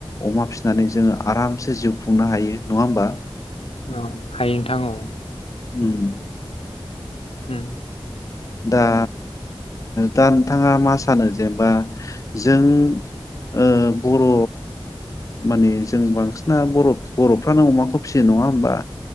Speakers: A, on the left (about 35°); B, on the left (about 85°).
A: अमा फिसिनानै जोङो आरामसे जिउ खुंनो हायो नङा होमबा?
B: औ हायो नोंथां औ
A: उम
B: ओम
A: दा दा नोंथाङा मा सानो जेनेबा जों ओ बर' माने जों बांसिना बर बर'फ्रानो अमाखौ फिसियो नङा होमबा?